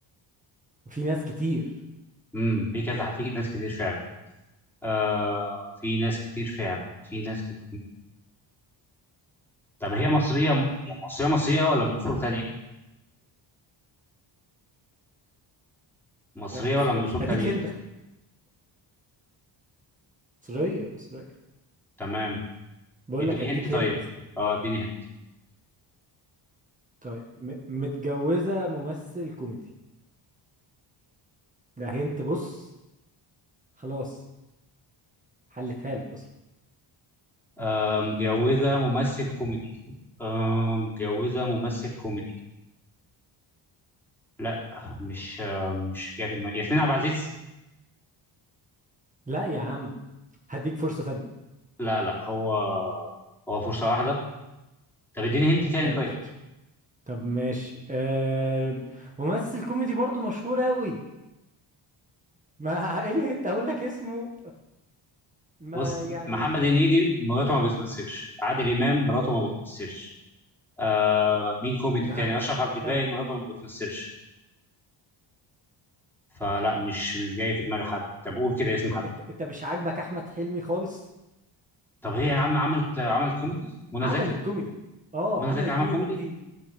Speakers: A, on the right; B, in the centre.
A: في ناس كتير
B: امم في كذا في ناس كتير فعلا آه في ناس كتير فعلا في ناس كتير طب هي مصرية يعني مصرية مصرية ولا من أصول تانية مصرية
A: لا مصريه
B: ولا من
A: مصريه
B: أصول تانية
A: اديك انت مصريه مصريه
B: تمام
A: بقول
B: اديني
A: لك اديك
B: هنت طيب
A: انت
B: اه اديني هنت
A: طيب م... متجوزة ممثل كوميدي ده هنت بص خلاص حلتها لك اصلا
B: آه متجوزة ممثل كوميدي آه متجوزة ممثل كوميدي لا مش آه مش جاي في دماغي ياسمين عبد العزيز
A: لا يا عم هديك فرصة تانية
B: لا لا هو هو فرصة واحدة طب اديني هنت تاني
A: يا عم
B: طيب
A: مفيش طب ماشي آه... ممثل كوميدي برضو مشهور قوي ما <laughs> ايه اللي انت اقول لك اسمه ما
B: بص
A: يعني
B: محمد هنيدي مراته ما بتمثلش عادل إمام مراته ما بتمثلش آه مين كوميدي
A: ها
B: تاني أشرف عبد الباقي
A: كمل
B: مراته ما بتمثلش فلا مش مش جاي في دماغي حد طب قول كده اسم حد
A: انت انت انت مش عاجبك احمد حلمي خالص
B: طب هي يا عم عملت عملت كوميدي منى
A: عملت
B: زكي
A: كوميدي اه
B: منى
A: عملت
B: زكي عمل
A: كوميدي
B: كوميدي
A: كتير